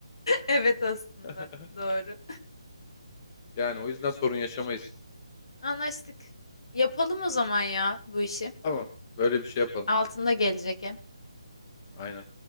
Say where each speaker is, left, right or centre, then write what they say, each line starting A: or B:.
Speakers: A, on the left; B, on the left.
A: Evet aslında
B: <laughs>
A: doğru.
B: Yani o yüzden sorun yaşamayız.
A: Anlaştık. Yapalım o zaman ya bu işi.
B: Tamam böyle bir şey yapalım.
A: Altında gelecek hem.
B: Aynen.